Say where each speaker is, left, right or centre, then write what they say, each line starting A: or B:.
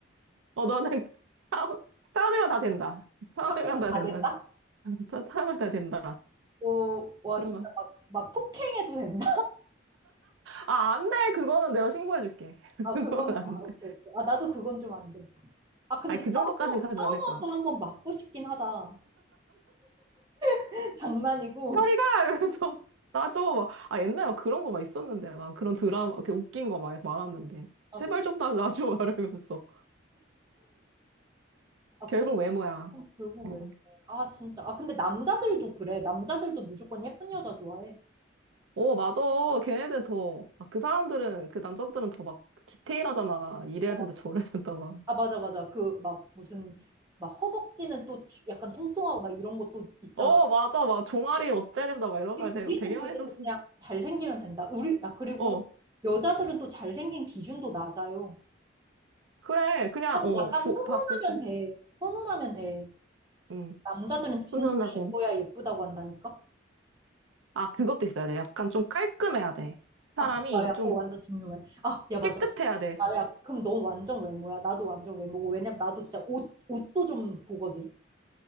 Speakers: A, on the right; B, on the right.
A: 어, 나는 <laughs> 사- 사람이면 다 된다. 사람이면
B: 평우면
A: 다
B: 다
A: 된다.
B: 된다?
A: <laughs> 진짜 사람이면 다 된다.
B: 어, 와,
A: 그런
B: 진짜
A: 거.
B: 막, 막 폭행해도 된다?
A: 아, 안 돼. 그거는 내가 신고해줄게.
B: <laughs>
A: <laughs>
B: 아,
A: 그거는
B: 그거는,
A: 안
B: 아, 오케이,
A: 돼.
B: 오케이. 아, 나도 그건 좀 안 돼. 아, 근데
A: 아니, 그
B: 차은우,
A: 정도까진 가진
B: 차은우한테
A: 않을 거야.
B: 한번 맞고 싶긴 하다. <laughs> 장난이고.
A: 저리가! 이러면서 <laughs> 놔줘. 막, 아, 옛날에 막 그런 거 막 있었는데, 막 그런 드라마, 이렇게 웃긴 거 막 많았는데.
B: 아,
A: 제발
B: 그-
A: 좀 나 놔줘. <laughs> 막 이러면서.
B: 아,
A: 결국
B: 그래.
A: 외모야.
B: 어, 결국
A: 어,
B: 왜? 아, 진짜. 아, 근데 남자들도 그래. 남자들도 무조건 예쁜 여자 좋아해.
A: 어, 맞아. 걔네들 더, 아, 그 사람들은, 그 남자들은 더 막 디테일하잖아. 이래야
B: 어, 막-
A: 된다, 저래야 된다, 막.
B: 아, 맞아, 맞아. 그, 막, 무슨, 막, 허벅지는 또 쭈- 약간 통통하고 막 이런 것도 있잖아.
A: 어, 맞아. 막 종아리 어째야 된다, 막 이런
B: 우리,
A: 말
B: 우리는
A: 되게, 되게 많이
B: 그래도
A: 들었어.
B: 그냥 잘생기면 된다. 우리, 아, 그리고
A: 어,
B: 여자들은 또 잘생긴 기준도 낮아요.
A: 그래. 그냥,
B: 한,
A: 어,
B: 약간
A: 보,
B: 훈훈하면
A: 봤을 때.
B: 돼. 훈훈하면 돼.
A: 응.
B: 남자들은 진짜
A: 훈련하고.
B: 예뻐야 예쁘다고 한다니까?
A: 아, 그것도 있어야 돼. 약간 좀 깔끔해야 돼. 사람이
B: 아, 야, 야, 그거
A: 좀
B: 완전 중요해. 아, 야, 맞아.
A: 깨끗해야 돼.
B: 야, 야, 그럼 넌 완전 외모야. 나도 완전 외모고. 왜냐면 나도 진짜 옷, 옷도 좀 보거든.